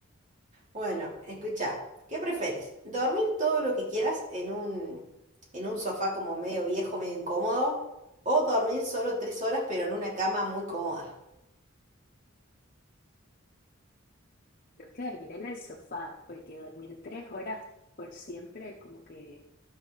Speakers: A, on the right; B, on the left.
A: Bueno, escucha, ¿qué preferís? ¿Dormir todo lo que quieras en un, en un sofá como medio viejo, medio incómodo? ¿O dormir solo tres horas pero en una cama muy cómoda?
B: Creo que dormir en el sofá, porque dormir tres horas por siempre, como que,